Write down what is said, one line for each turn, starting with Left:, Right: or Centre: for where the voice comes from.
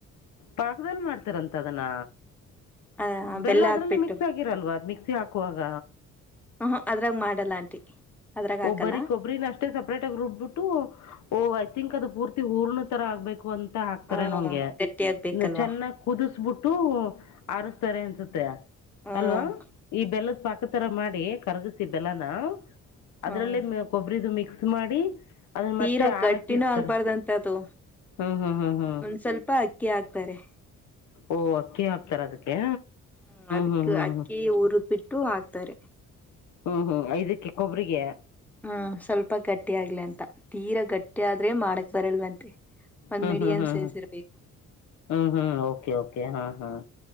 Left: ಪಾಕ್ದಲ್ಲಿ ಮಾಡ್ತರಂತ ಅದನ್ನ
Centre: ಆ
Left: ಬೆಲ್ಲ ಅದ್ರಲ್ಲಿ
Centre: ಹಾಕ್ಬಿಟ್ಟು
Left: ಮಿಕ್ಸ್ ಆಗ ಹಗಿರಲ್ವ ಅ್ ಮಿಕ್ಸಿ ಹಾಕುವಾಗ
Centre: ಹ ಅದ್ರಾಗ ಮಾಡಲ್ಲ ಆಂಟಿ ಅದ್ರಾಗ ಹಾಕಲ್ಲ
Left: ಒಬ್ಬರಿ ಕೊಬ್ಬರಿನ ಅಷ್ಟೇ ಸಪ್ರೇಟ್ ಆಗಿ ರುಬ್ಬಿಟ್ಟು ಓ ಐ ತಿಂಕ್ ಅದು ಪೂರ್ತಿ ಊರ್ನ ತರ ಆಗ್ಬೇಕು ಅಂತ ಹಾಕ್ತಾರೆ
Centre: ಹ್ಮ
Left: ನಂಗೆ
Centre: ಗಟ್ಟಿ ಆಗ್ಬೇಕಲ್ವಾ
Left: ಚೆನ್ನಾಗ್ ಕುದಿಸಬಿಟ್ಟು
Centre: ಹ್ಮ್
Left: ಆರಸ್ತಾರೆ ಅನ್ಸುತ್ತೆ
Centre: ಹ್ಮ್
Left: ಅಲ್ವಾ ಈ ಬೆಲ್ಲದ ಪಾಕ ತರ ಮಾಡಿ ಕರ್ಗಸಿ ಬೆಲ್ಲನ ಅದ್ರಲ್ಲೇ
Centre: ಹ್ಮ್
Left: ಕೊಬ್ಬರದುು ಮಿಕ್ಸ್ ಮಾಡಿ ಅದನ್ನು
Centre: ತೀರಾ
Left: ಮತ್ತೆ ಆರಕ್ಕೆ
Centre: ಗಟ್ಟಿನೂ
Left: ಇಡ್ತಾರೆ
Centre: ಆಗ್ಬಾರ್ದಂತ ಅದು
Left: ಹ್ಞೂ ಹ್ಞೂ ಹ್ಞೂ ಹ್ಞೂ
Centre: ಒಂದ್ ಸ್ವಲ್ಪ ಅಕ್ಕಿ ಆಾಕ್ತಾರೆ
Left: ಓಹ್ ಅಕ್ಕಿ ಹಾಕ್ತಾರ ಅದಕ್ಕೆ
Centre: ಹ್ಮ್ ಅದಕ್
Left: ಹ್ಞೂ ಹ್ಞೂ
Centre: ಅಕ್ಕಿ
Left: ಹ್ಞೂ
Centre: ಉರಿದ್ ಬಿಟ್ಟು ಹಾಕ್ತಾರೆ
Left: ಹ್ಮ್ ಹ್ಮ್ ಐದಕ್ಕೆಕ್ಕ ಕೊಬ್ರಿಗೆ
Centre: ಹ್ಮ್ ಸ್ವಲ್ಪ ಗಟ್ಟಿ ಆಗ್ಲಿ ಅಂತ ತೀರಾ ಗಟ್ಟಿ ಆದ್ರೆ ಮಾಡಕ್ ಬರಲ್ವಂತೆ ಒಂದ್
Left: ಹ್ಮ್
Centre: ಮೀಡಿಯಂ
Left: ಹ್ಮ್ ಹ್ಮ್
Centre: ಸೈಜ್
Left: ಹ್ಮ
Centre: ಇರ್ಬೇಕು
Left: ಹ್ಮ್ ಹ್ಮ್ ಓಕೆ ಓಕೆ ಹ ಹ